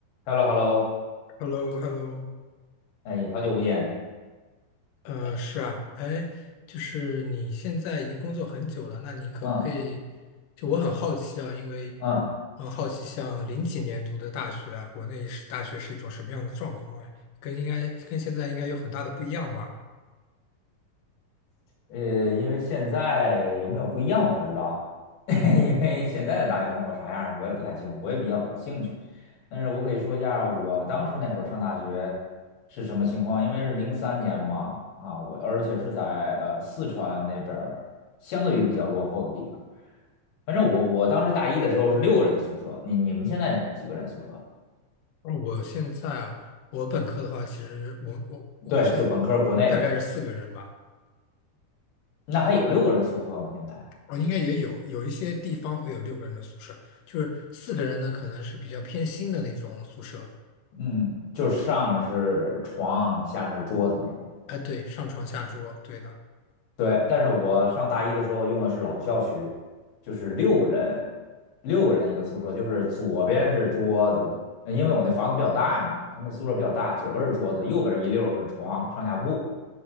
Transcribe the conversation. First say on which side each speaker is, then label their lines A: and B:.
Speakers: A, on the left; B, on the left.
A: Hello，Hello，
B: h e l l o h e l l o
A: 哎，好久不见。
B: 呃，是啊，哎，就是你现在已经工作很久了，那你可不可以？
A: 嗯
B: 就我很好奇啊，因为
A: 嗯，
B: 我很好奇，像零几年读的大学啊，国内是大学是一种什么样的状况？哎，跟应该跟现在应该有很大的不一样吧？
A: 呃，因为现在有没有不一样我不知道，<laughs> 因为现在的大学生活啥样的，我也不太清楚，我也比较感兴趣。但是我可以说一下我当时那会儿上大学是什么情况，因为是零三年嘛，啊，我而且是在呃四川那边儿相对于比较落后的地方。反正我我当时大一的时候是六个人的宿舍，你你们现在几个人宿舍？
B: 而我现在啊，我本科的话，其实我我我是
A: 对，就本科国内的，
B: 大概是四个人吧，
A: 那还有六个人宿舍吗？现在？
B: 我应该也有有一些地方会有六个人的宿舍，就是四个人呢，可能是比较偏新的那种宿舍。
A: 嗯，就是上面是床，下面是桌子那种。
B: 哎，对，上床下桌，对的。
A: 对，但是我上大一的时候用的是老校区，就是六个人，六个人一个宿舍，就是左边是桌子，呃因为我那房子比较大嘛，他那宿舍比较大，左边是桌子，右边一溜儿是床，上下铺。